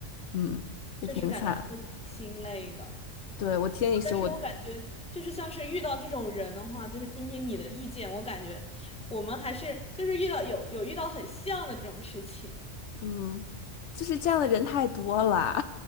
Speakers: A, on the left; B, in the centre.
A: 嗯，也挺惨。
B: 确实感觉还会挺心累的。
A: 对，我听你说，
B: 啊但是我感觉就是像是遇到这种人的话，
A: 我
B: 就是听听你的意见，我感觉我们还是就是遇到有有遇到很像的这种事情，
A: 嗯，就是这样的人太多了。